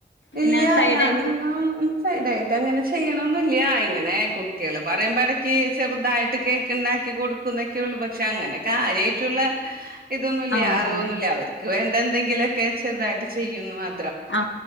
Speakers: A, on the left; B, on the right.
A: പിന്നെ
B: ഇല്യാ
A: സൈഡായിട്ട്
B: ഞാൻ ഇതൊന്നും സൈഡായിട്ട് അങ്ങനെ ചെയ്യണൊന്നില്യ ഇങ്ങനെ കുട്ടികള് പറയുമ്പോ ഇടക്ക് ചെറുതായിട്ട് കേക്കിണ്ടാക്കി കൊടുക്കുന്നൊക്കെയുള്ളു പക്ഷെ അങ്ങനെ കാര്യായിട്ടുള്ള ഇതൊന്നുല്ല
A: ആഹ്
B: അറിവന്നുല്ല അവർക്ക് വേണ്ട എന്തെങ്കിലൊക്കെ ചെറുതായിട്ട് ചെയ്യുന്നു മാ
A: ആ